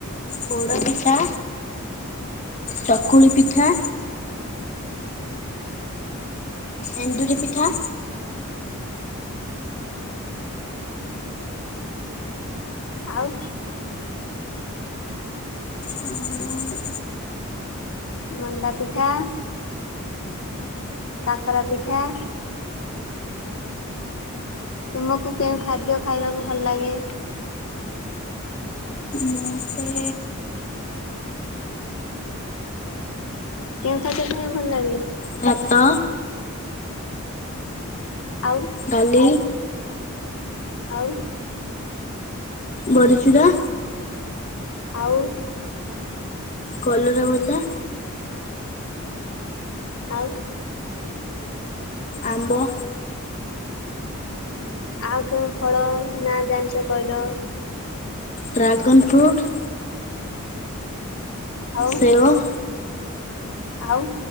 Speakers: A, on the left (about 30°); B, on the left (about 65°).
A: ପୋଡ ପିଠା, ଚକୁଳି ପିଠା ଏଣ୍ଡୁରି ପିଠା।
B: ଆଉ।
A: ଆଉ
B: ମଣ୍ଡା ପିଠା। କାକରା ପିଠା। ତୁମକୁ କେଉଁ ଖାଦ୍ୟ ଖାଇବାକୁ ଭଲ ଲାଗେ?
A: ମତେ
B: କେଉଁ ଖାଦ୍ୟ ଖାଇବାକୁ ଭଲ ଲାଗେ?
A: ଭାତ।
B: ଆଉ?
A: ଡାଲି
B: ଆଉ?
A: ବଡି ଚୂୁରା।
B: ଆଉ?
A: କଲରା ଭଜା।
B: ଆଉ?
A: ଆମ୍ବ।
B: ହୁଁ, ଆଉ କଉଁ ଫଳ ନା ଜାଣିଛ କହିଲ?
A: Dragon fruit.
B: ଆଉ?
A: ସେଓ
B: ଆଉ?